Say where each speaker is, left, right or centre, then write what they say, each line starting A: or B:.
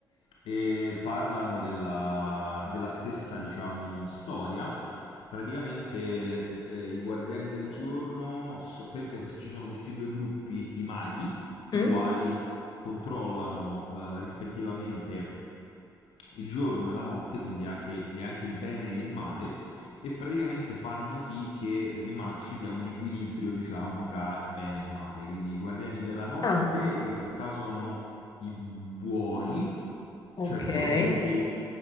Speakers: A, on the left (about 60°); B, on the left (about 40°).
A: e parlano della, della stessa, diciamo, storia. Praticamente, eh, i Guardiani del Giorno, so- praticamente questi- ci sono questi due gruppi di maghi, i
B: Mm?
A: quali controllano, eh, rispettivamente il giorno e la notte, quindi anche, e anche il bene e il male, e praticamente fanno sì che rima- ci sia un equilibrio, diciamo, tra bene e male. Quindi i guardiani della notte
B: Ah,
A: in realtà sono i buoni,
B: ok.
A: cioè sono quelli,